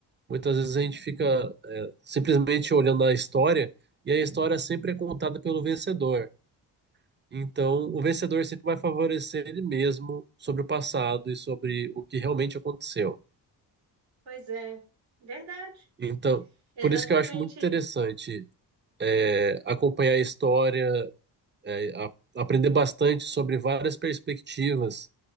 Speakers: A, on the right (about 25°); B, on the right (about 85°).
A: Muitas vezes a gente fica é, simplesmente olhando a história e a história sempre é contada pelo vencedor. Então, o vencedor sempre vai favorecer ele mesmo sobre o passado e sobre o que realmente aconteceu.
B: Pois é, verdade,
A: Então,
B: exatamente
A: por isso que eu acho muito interessante
B: isso.
A: é, acompanhar a história é, a- aprender bastante sobre várias perspectivas